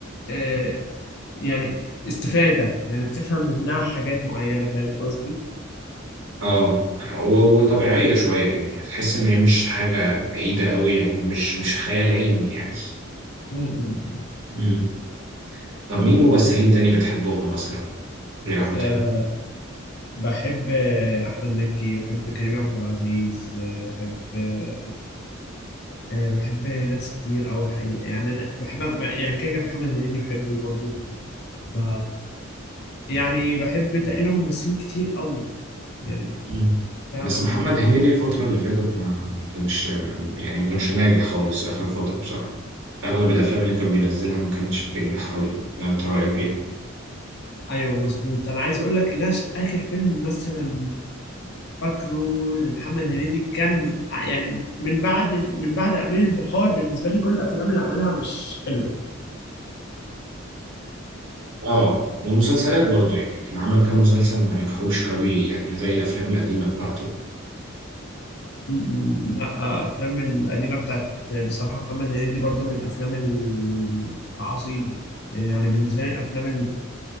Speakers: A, on the left; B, on the right.
A: آه يعني استفادة يعني بتفهم منها حاجات معينة فاهم قصدي؟
B: اه و- وطبيعية شوية يعني هتحس ان هي مش حاجة بعيدة قوي يعني مش مش خيال علمي يعني
A: م- م.
B: مم. طب مين ممثلين تاني بتحبهم مثلا غير احمد
A: آه
B: حلمي
A: بحب آه، احمد مكي بحب كريم عبد العزيز آه بحب آه آه، بحب ناس كتير أوي حقيقة يعني أنا بحب يعني كده كده محمد هنيدي بحبه برضه ف يعني بحب تقريبا ممثلين كتير أوي يعني
B: مم.
A: فعلا
B: بس محمد هنيدي الفترة اللي فاتت ما ما كانش يعني ما كانش ناجح خالص آخر فترة بصراحة أغلب الأفلام اللي كان بينزلها ما كانتش بتنجح أوي لا أنت رأيك إيه؟
A: أيوه مظبوط أنا عايز أقول لك إن أنا ش- آخر فيلم مثلا فاكره لمحمد هنيدي كان ع- يعني من بعد الف- من بعد أمير البحار بالنسبة لي كل الأفلام اللي عملها مش حلوة
B: آه والمسلسلات برضو يعني كان عمل كام مسلسل ما نجحوش أوي يعني زي الأفلام القديمة بتاعته
A: م- م- لا آه، أفلام القديمة بتاعت بصراحة محمد هنيدي برضو من الأفلام ال- العظيمة يعني بالنسبة لي الأفلام